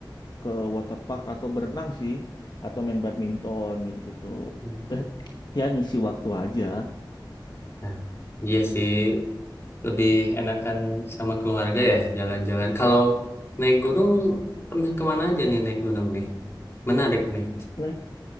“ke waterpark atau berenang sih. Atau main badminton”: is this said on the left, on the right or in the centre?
Left